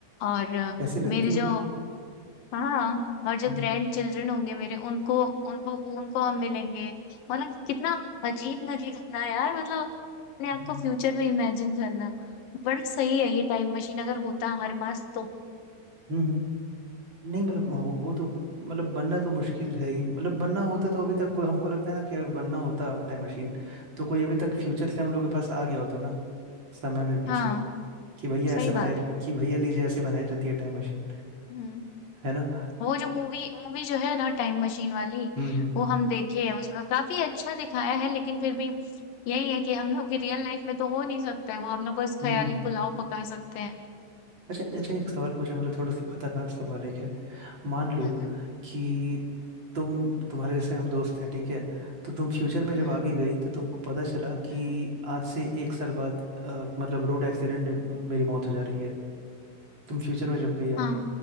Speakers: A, on the left (about 65°); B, on the right (about 30°).
A: और अ,
B: कैसे लगती
A: मेरे
B: हो
A: जो हाँ और जो
B: हम्म
A: ग्रैंड चिल्ड्रन होंगे मेरे उनको उनको उनको हम मिलेंगे मतलब कितना अजीब लगेगा ना यार मतलब अपने आप
B: हम्म
A: को फ्यूचर में इमेजिन करना बड़ी सही है ये टाइम मशीन अगर होता हमारे पास तो
B: हम्म, हम्म। नहीं मतलब हो- वो तो मतलब बनना तो मुश्किल है ही मतलब बनना होता तो अभी तक कोई हमको लगता है ना कि अगर बनना होता टाइम मशीन तो कोई अभी तक फ्यूचर से हम लोग के पास आ गया होता ना समय में पीछे
A: हाँ
B: कि भैया
A: सही
B: ऐसे
A: बात
B: बनाई
A: है
B: कि भैया लीजिए ऐसे बनाई जाती है टाइम मशीन
A: हम्म
B: है ना
A: वो जो मूवी मूवी जो है ना टाइम मशीन वाली
B: हम्म हम्म
A: वो हम देखे हैं उसमें काफी अच्छा दिखाया है लेकिन फिर भी यही है कि हम लोग की रियल लाइफ में तो हो नहीं सकता है वो हम लोग बस ख्याली
B: हम्म हम्म। हम्म।
A: पुलाव पका सकते हैं
B: अच्छा अच्छा एक सवाल पूछे मतलब थोड़ा सा खतरनाक सवाल एक है मान लो
A: हम्म
B: कि तुम तुम्हारे जैसे हम दोस्त हैं ठीक है तो तुम फ्यूचर में जब
A: हम्म
B: आगे गई तो तुमको पता चला कि
A: हम्म
B: आज से एक साल बाद अ, मतलब रोड एक्सीडेंट में मेरी मौत हो जा रही है तुम फ्यूचर में जब गई
A: हाँ
B: आगे